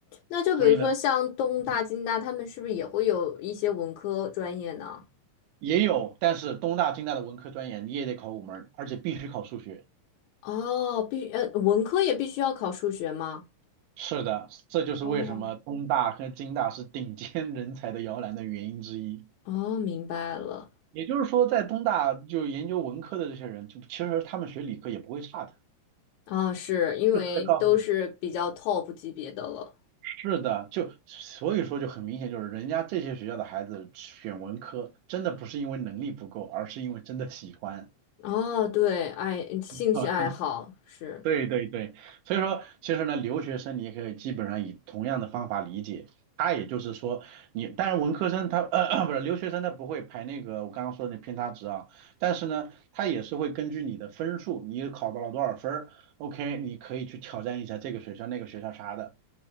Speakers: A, on the left; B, on the right.
A: 那就比如说像东大、
B: 所以呢，嗯，
A: 京大，他们是不是也会有一些文科专业呢？
B: 也有，但是东大、京大的文科专业你也得考五门儿，而且必须考数学。
A: 哦，必呃，文科也必须要考数学吗？
B: 是的，这就是为什么东大和京大是顶尖人才的摇篮的原因之一。
A: 哦，哦，明白了。
B: 也就是说，在东大就研究文科的这些人，就其实他们学理科也不会差的，
A: 啊，是因为都是比较
B: 就是在告诉你，
A: top 级别的了。
B: 是的，就所以说就很明显，就是人家这些学校的孩子选文科，真的不是因为能力不够，而是因为真的喜欢。
A: 哦，对，爱兴趣爱好是。
B: <laughs> 对对对，所以说其实呢，留学生你也可以基本上以同样的方法理解，他也就是说你，当然文科生他呃 <clears throat> 不是留学生他不会排那个我刚刚说的那偏差值啊，但是呢，他也是会根据你的分数，你考到了多少分儿，OK，你可以去挑战一下这个学校那个学校啥的，